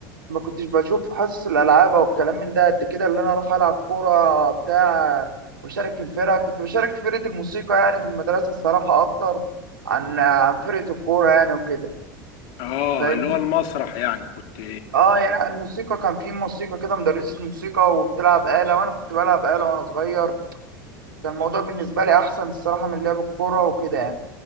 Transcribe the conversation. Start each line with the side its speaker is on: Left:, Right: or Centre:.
Right: ما كنتش بشوف في حصص الالعاب او الكلام من ده قد كده اللي انا اروح العب كورة بتاع واشارك في الفرقة كنت بشارك في فرقة الموسيقى يعني في المدرسة الصراحة اكتر عن عن فرقة الكورة يعني وكده
Left: اه
Right: فاهمني
Left: اللي هو المسرح يعني كنت
Right: اه يعني لا، الموسيقى كان في موسيقى كده مدرسة موسيقى وبتلعب آلة وانا كنت بلعب آلة وانا صغير كان الموضوع بالنسبة لي احسن الصراحة من لعب الكورة وكده يعني